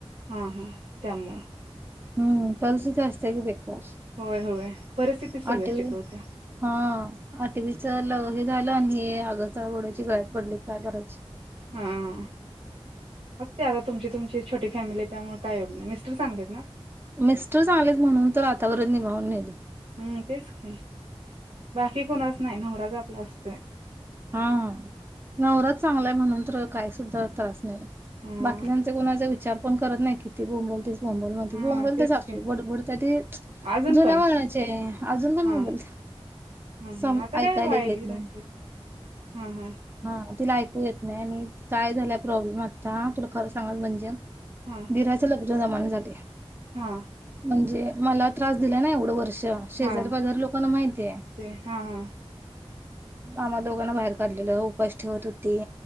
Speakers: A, on the right; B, on the right.
A: हा हा त्यामुळं
B: हम्म परिस्थिती असत्या कि बाई
A: होय होय परिस्थिती सगळं
B: आठवी
A: शिकवत्या
B: हा आठवी च ल हे झालं आणि हे आगस्त बोड्याची गळ्यात पडली काय करायचं.
A: हम् हात्ते आता तुमची तुमची छोटी फॅमिली आहे त्यामुळे काय एवढ नाही. मिस्टर चांगले आहेत ना?
B: मिस्टर चांगलेत म्हणून तर आतापर्यंत निभावून नेलं.
A: हम. तेच कि बाकी कुणाच नाय नवराच आप - बास- -
B: हा हा नवरा चांगलाय म्हणून तर काय सुद्धा त्रास नाही बघ
A: हा
B: बाकीच्यांचा कुणाचा विचार पण करत नाही -- किती बोंबलतेस -- बोंबल म्हणतोयं
A: हा
B: बोंबलत्या
A: तेच
B: सासु
A: की
B: बडबडत्या ती
A: अजून
B: जुन्या
A: पण
B: वळणाची आजुन पण
A: हा
B: बोंबलत्या
A: हा
B: संम
A: हा आता
B: ऐकायला
A: काय वायली
B: गेतलय
A: राहिलेत
B: --
A: हा हा.
B: हा तिला ऐकू येत नाही आणि काय झालंय प्रॉब्लेम आत्ता तुला खर सांगायचं म्हणजे
A: हा
B: दिराच लग्न तुझ्या जमान्यासाठी
A: हा.
B: म्हणजे मला त्रास दिला ना एवढं वर्ष -- तेव्हा शेजारी
A: हा
B: पाजारी लोकांना माहितीयं.
A: ते हा हा
B: आम्हा दोघांना बाहेर काढली. मुलं उपाशी ठेवत होती.